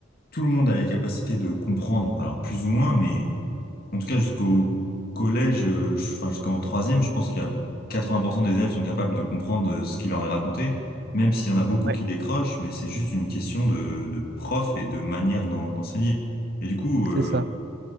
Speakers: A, on the left; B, on the right.
A: tout le monde a les capacités de comprendre, alors plus ou moins, mais. En tout cas, jusqu'au collège, euh, je- enfin jusqu'en troisième, je pense qu'il y a 80% des élèves sont capables de comprendre euh, ce qu'il leur est raconté, même s'il y en a beaucoup
B: Ouais.
A: qui décrochent, mais c'est juste une question de, de prof et de manière d'en- d'enseigner. Et du coup, euh,
B: C'est ça.